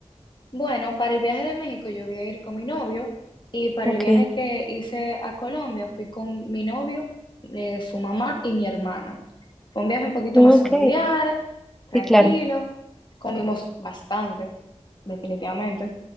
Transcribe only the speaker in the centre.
Ok,
ok,
sí, claro.